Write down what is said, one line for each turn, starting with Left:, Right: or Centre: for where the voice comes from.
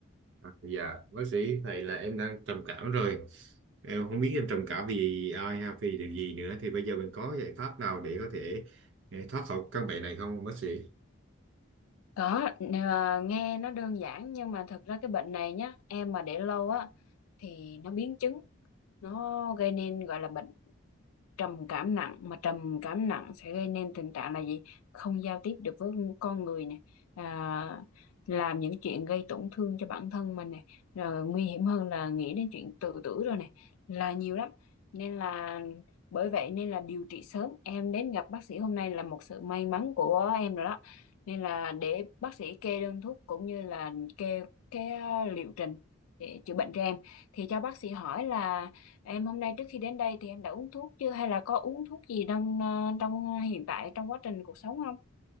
Right: dạ bác sĩ vậy là em đang trầm cảm rồi em không biết em trầm cảm vì ai hay vì điều gì nữa thì bây giờ mình có giải pháp nào để có thể eh, thoát khỏi căn bệnh này không bác sĩ
Left: có ờ, nghe nó đơn giản nhưng mà thật ra cái bệnh này nhá em mà để lâu á thì nó biến chứng nó gây nên gọi là bệnh trầm cảm nặng mà trầm cảm nặng sẽ gây nên tình trạng là gì không giao tiếp được với con người nè à, làm những chuyện gây tổn thương cho bản thân mình nè rồi nguy hiểm hơn là nghĩ đến chuyện tự tử rồi nè là nhiều lắm nên là bởi vậy nên là điều trị sớm em đến gặp bác sĩ hôm nay là một sự may mắn của em rồi đó nên là để bác sĩ kê đơn thuốc cũng như là kê cái ờ, liệu trình để chữa bệnh cho em thì cho bác sĩ hỏi là Em hôm nay trước khi đến đây thì em đã uống thuốc chưa hay là có uống thuốc gì đang ờ, trong ờ, hiện tại trong quá trình cuộc sống không?